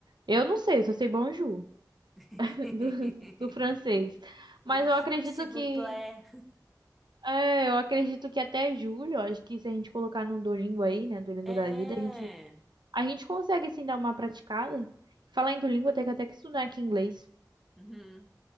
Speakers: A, on the right; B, in the centre.
A: Eu
B: Hum.
A: não sei, eu só sei bonjour
B: <laughs>
A: <laughs> do, do francês. Mas
B: Bonjour,
A: eu acredito
B: s'il
A: que.
B: vous plaît.
A: É, eu acredito que até julho, eu acho que se a gente colocar no Duolingo aí, né? Duolingo
B: É.
A: da vida, a gente, a gente consegue sim dar uma praticada. Falar em Duolingo, eu tenho que até que estudar aqui inglês
B: Uhum.